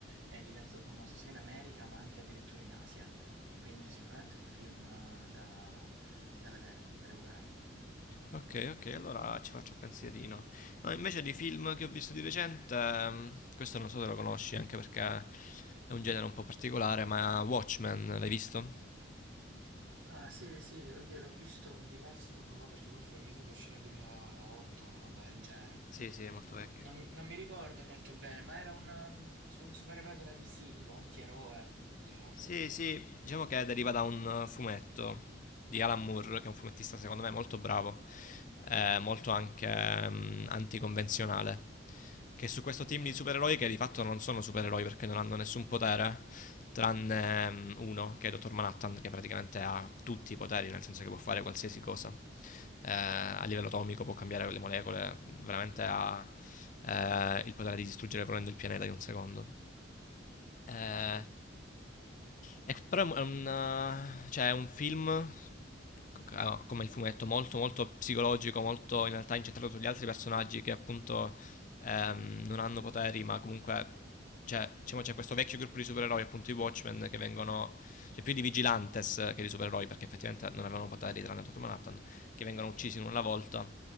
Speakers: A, on the right; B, on the left.
A: è diventato famoso sia in America ma anche addirittura in Asia, quindi sicuramente è un film eh, da da vedere, da recuperare.
B: Ok, ok, allora ci faccio il pensierino. No, invece di film che ho visto di recente, ehm, questo non so se lo conosci, anche perché è un genere un po' particolare, ma Watchmen, l'hai visto?
A: Ah sì, sì, oddio, l'ho visto diverso tempo fa perché quel film mi sa che uscì nel 2008, una roba del genere.
B: Sì, sì, è molto vecchio.
A: Non, non mi ricordo molto bene, ma era un, um, su un supereroe della DC, tipo antieroe, diciamo.
B: Sì, sì, diciamo che deriva da un eh, fumetto di Alan Moore, che è un fumettista secondo me molto bravo, eh, molto anche mm, anticonvenzionale, che su questo team
A: Mhm.
B: di supereroi che di fatto non sono supereroi perché non hanno nessun potere, tranne mm, uno, che è Dottor Manhattan, che praticamente ha tutti i poteri, nel senso che può fare qualsiasi cosa. Eh, a livello atomico può cambiare le molecole, veramente ha eh, il potere di distruggere volendo il pianeta in un secondo. Ehm,
A: Aspetta.
B: e c però è un è un eh, cioè è un film c c a come il fumetto, molto, molto psicologico, molto in realtà incentrato sugli altri personaggi che appunto, ehm, non hanno poteri, ma comunque cioè, diciamo c'è questo vecchio gruppo di supereroi, appunto i Watchmen, che vengono cioè più di vigilantes che di supereroi, perché effettivamente non avevano poteri tranne Dottor Manhattan, che vengono uccisi in una volta